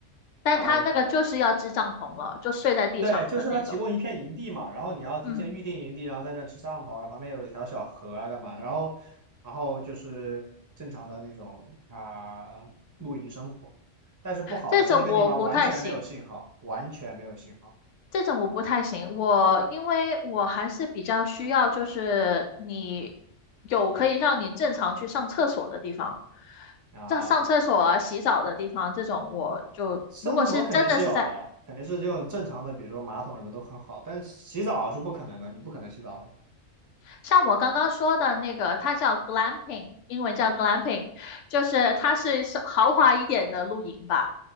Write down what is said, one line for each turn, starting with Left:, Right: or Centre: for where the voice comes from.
Left: 但他那个就是要支帐篷了，
Right: 然后
Left: 就睡在地上的那种。
Right: 对，就是他提供一片营地嘛，然后你要提前预定营地，
Left: 嗯，
Right: 然后在那吃烧烤，然后旁边有一条小河啊，干嘛？然后，然后就是正常的那种啊、露营生活。但是不好的是那个地方完全没有信号，
Left: 这种我不太行，
Right: 完全没有信号
Left: 这种我不太行。我因为我还是比较需要，就是你有可以让你正常去上厕所的地方，
Right: 啊。
Left: 上上厕所啊、洗澡的地方，这种我就如果是真的是在
Right: 上厕所肯定是有的，肯定是这种正常的，比如说马桶什么都很好，但是洗澡是不可能的，你不可能洗澡的
Left: 像我刚刚说的那个，它叫 glamping，英文叫 glamping，就是它是是豪华一点的露营吧。